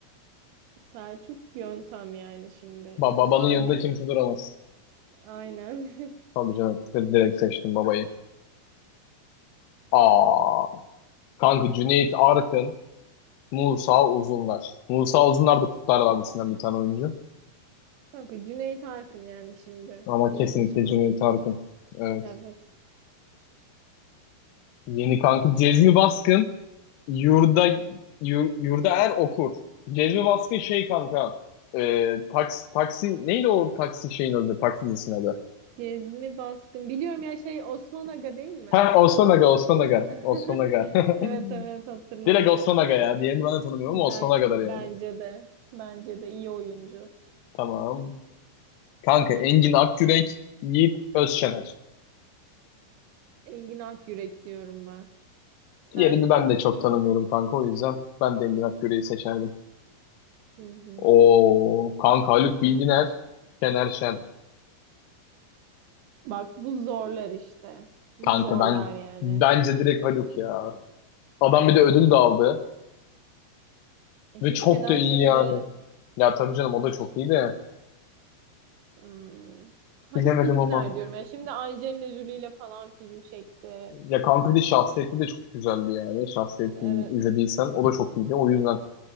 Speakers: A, on the right; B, on the left.
A: Selçuk Yöntem yani şimdi.
B: Ba
A: İkisi
B: babanın
A: aynı.
B: yanında kimse duramaz.
A: Aynen.
B: Tabii canım, direkt seçtim babayı. Aa, kanka Cüneyt Arkın. Musa Uzunlar.
A: <laughs>
B: Musa Uzunlar da Kurtlar Vadisi'nden bir tane oyuncu.
A: Kanka Cüneyt Arkın yani şimdi.
B: Ama
A: Yeşilçam
B: kesinlikle Cüneyt
A: oyuncusu.
B: Arkın. Evet.
A: Evet.
B: Yeni kanka Cezmi Baskın Yurda Yur- Yurda Er okur. Cezmi Baskın şey kanka e, taksi, taksi neydi o taksi şeyin adı taksi dizisinin adı.
A: Cezmi Baskın. Biliyorum ya şey Osman Aga değil mi?
B: Ha Osman Aga Osman Aga
A: <laughs>
B: Osman Aga. <laughs>
A: Evet evet hatırladım.
B: Direkt Osman Aga ya. Diğerini ben de tanımıyorum ama
A: Ben
B: Osman Aga'dır yani.
A: bence de. Bence de iyi oyuncu.
B: Tamam. Kanka Engin Akgürek Yiğit Özşener.
A: Engin Akyürek diyorum ben. Sen?
B: Diğerini ben de çok tanımıyorum kanka o yüzden ben de Emre Akgüre'yi seçerdim.
A: Hı hı.
B: O kanka Haluk Bilginer, Şener Şen.
A: Bak bu zorlar işte. Bu
B: Kanka
A: zorlar
B: ben
A: yani.
B: bence direkt Haluk ya. Adam bir de ödül de aldı
A: E
B: ve
A: şimdi
B: çok
A: Şener
B: da iyi
A: Şen'i
B: yani.
A: de
B: Ya tabii canım o da
A: yaşa.
B: çok iyi de
A: Hmm. Haluk
B: bilemedim
A: Bilginer
B: ama.
A: diyorum. Yani şimdi Angelina Jolie ile falan film çekti.
B: Ya kanka bir de şahsiyetli de çok güzeldi yani. Şahsiyetini
A: Evet.
B: izlediysen o da çok iyiydi. O yüzden